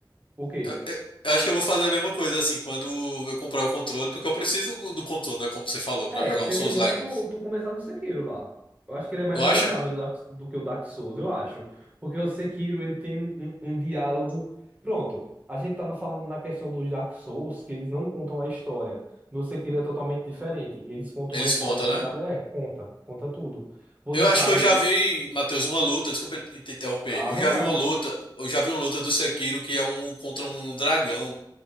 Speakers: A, on the right; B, on the left.
A: o quê?
B: eu- eu acho que eu vou fazer a mesma coisa, assim, quando eu comprar o controle, porque eu preciso do do controle, né? Como você falou, pra
A: É,
B: jogar
A: seria
B: um Souls-like.
A: bom tu, tu começar no Sekiro lá. Eu acho que ele é mais
B: Tu
A: amigável
B: acha?
A: do, Dark- do que o Dark Souls, eu acho. Porque o Sekiro, ele tem um, um um diálogo... Pronto, a gente tava falando na questão dos Dark Souls, que eles não contam a história. No Sekiro é totalmente diferente. Eles contam
B: Eles
A: a história
B: contam,
A: de
B: né?
A: cada... É, conta. Conta tudo. Você
B: Eu
A: sabe
B: acho que eu já vi, Matheus, uma luta, desculpa te interromper.
A: à
B: Eu
A: vontade.
B: já vi uma luta, eu já vi uma luta do Sekiro que é um contra um dragão,